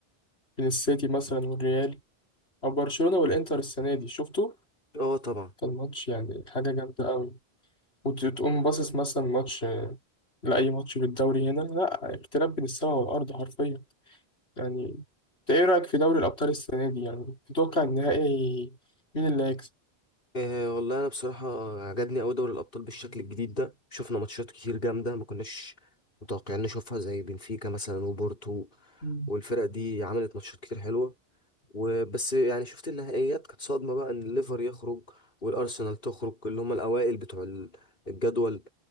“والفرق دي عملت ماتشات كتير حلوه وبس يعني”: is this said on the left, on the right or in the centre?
Left